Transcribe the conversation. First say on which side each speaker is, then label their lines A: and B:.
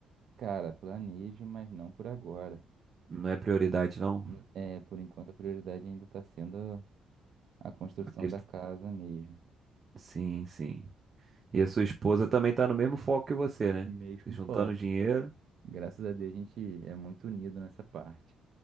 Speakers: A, on the right; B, on the right.
A: Cara, planejo, mas não por agora.
B: Não é prioridade, não?
A: Hum, É, por enquanto a prioridade ainda está sendo a construção
B: A quest-
A: da casa mesmo.
B: Sim, sim. E a sua esposa também tá no mesmo foco que você, né?
A: Mesmo
B: Juntando
A: foco.
B: dinheiro.
A: Graças a Deus a gente é muito unido nessa parte.